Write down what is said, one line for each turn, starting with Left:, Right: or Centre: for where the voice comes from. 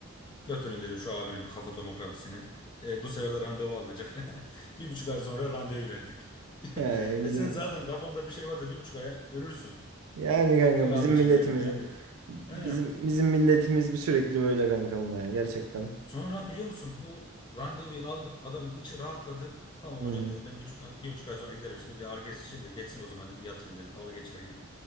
Left: Götürün dedim şu abinin bir kafa tomografisini. E, bu sefer de randevu alınacak. <laughs> Bir buçuk ay sonra randevu verdik. <laughs>
Right: Yani bizim
Left: E sen zaten kafanda bir şey varsa bir buçuk aya ölürsün.
Right: yani kankam
Left: Güzel
Right: bizim
Left: abicim
Right: milletimizin
Left: benim yani.
Right: bizim
Left: He.
Right: bizim milletimiz bir sürekli böyle kankam ya gerçekten.
Left: Sonra biliyor musun bu randevuyu aldık. Adamın içi rahatladı. Tamam
Right: Hı
Left: hocam
Right: hı.
Left: dedi ben bir buçuk, ay- bir buçuk ay sonra giderim. Şimdi bir ağrı kesiciyim de geçsin o zaman dedi yatayım dedi. Dalga geçer gibi.